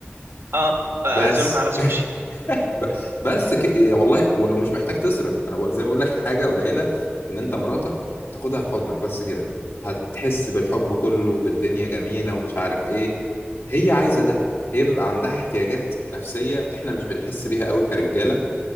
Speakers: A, on the right; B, on the left.
A: اه اعزمها
B: بس
A: على سوشي
B: <laughs> ب- بس ك... إيه، والله ولو مش محتاج تصرف انا بقول- زي ما بقول لك حاجه قليله ان انت مراتك تاخدها في حضنك بس كده هتحس بالحب كله وبالدنيا جميله ومش عارف ايه هي عايزه ده هي بيبقى عندها احتياجات نفسيه احنا مش بنحس بيها قوي كرجاله